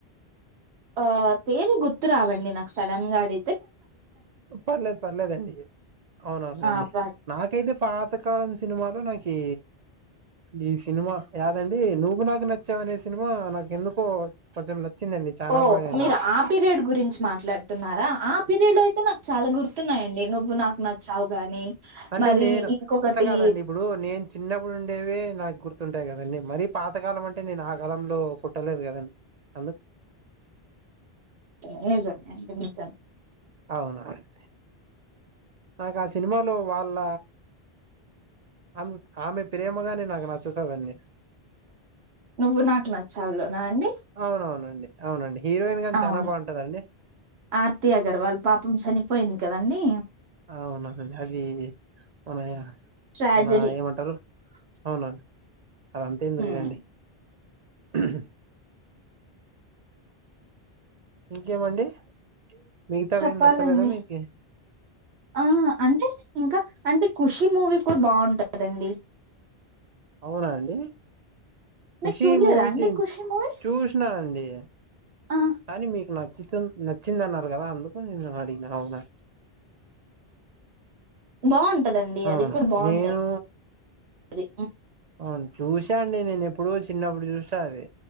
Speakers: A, on the right; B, on the right.
A: ఆ పేర్ గుర్తు రావండి నాక్ సడన్ గా అడి
B: పర్లేద్ పర్లేదండి అవునవునండి
A: ఆ బట్
B: నాకైతే పాత్ తకాలం సినిమాలో నాకు ఈ సినిమా యాదండి నువ్వు నాకు నచ్చావనేసి సినిమా నాకెందుకో కొంచెం నచ్చిందండి చనాా
A: ఓ
B: బాగానే
A: మీరు ఆ పీరియడ్ గురించి మాట్లాడుతున్నారా ఆ పీరియడ్లో అయితే నాకు చాల గుర్తున్నాయంండి నువ్వు నాకు నచ్చావు గాని
B: అంటే
A: మరి
B: నేను
A: ఇంకొకటి
B: అట్ల కాదండి ఇప్పుడు నేను చిన్నప్పుడు ఉండేవె నాకు గుర్తు ర్తుంటాయి కదండీ మరిీ పాతకాలం అంటే నేను ఆ కాలంలో పుట్టలేదు కదండీ హలొ
A: నిజం <unintelligible>
B: అవునా అయితే నాక ఆ సినిమాలో వాళ్ళ అమ్ ఆమె ప్రేమగానే నాక్ నచ్చుతాడండి
A: నువ్వు నాకు నచ్చావులోన అండి
B: అవునవునండి అవునండి హీరోయిన్ గాని
A: అవును
B: చానా బాగుంటదండి
A: ఆర్తి అగర్వాల్ పాపం చనిపోయింది కదండి
B: అవునండి అది మన
A: ట్రాజడీ
B: మనా ఏమంటారు అవునా అదంత ఎందుకులేండి
A: హ్మ్
B: ఊహు ఇంకేమండి మిగతావి
A: చెప్పాలండి
B: ఏం నచ్చలేదా మీకు
A: ఆ అంటే ఇంక అంటే ఖుషీ మూవీ కూడ బాగుంటందండి
B: అవునా అండి ఖుషి
A: మీరు చూడలేదా
B: మూవీ
A: అండి ఖుషి మూవీ
B: చూసినా అండి
A: ఆ
B: కాని మీకు నచ్చితు నచ్చిందన్నారు కదా అందుకు నేను అడిగిన అవునా
A: బాగుంటదండి
B: అవును
A: అది కూడ బాగుంట
B: నేను
A: అది
B: అవున్ చూసా అండి నేను ఎప్పుడు చిన్నప్పుడు చూసా అది